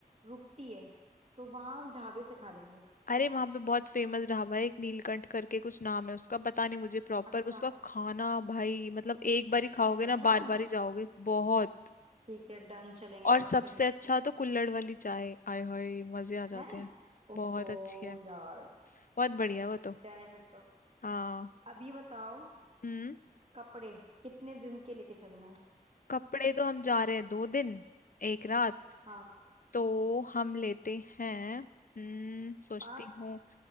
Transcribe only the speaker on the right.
रुकती है तो वहां हम ढाबे से खा लेंगे
अच्छा
अच्छा
है
ठीक है डन चलेंगे
वहां
फिर
है
ओफो
यार
डन है फिर तो
अब ये बताओ
कपड़े कितने दिन के लेके चलना है
हाँ
पांच